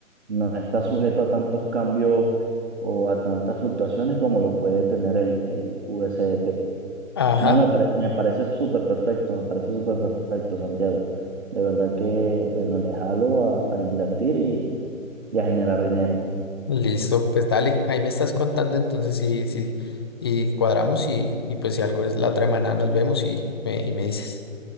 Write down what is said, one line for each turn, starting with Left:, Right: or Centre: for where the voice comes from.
Right: no está sujeto a tantos cambios o a tantas fluctuaciones como lo puede tener el, el USDT.
Left: ajá,
Right: No, me, pare- me parece súper perfecto, me parece súper perfecto, Santiago. De verdad que, bueno, le jalo a, a invertir y y a generar dinero.
Left: listo, pues dale, ahí me estás contando entonces y, sí, y cuadramos y, y pues si algo es la otra semana nos vemos y, y me, y me dices,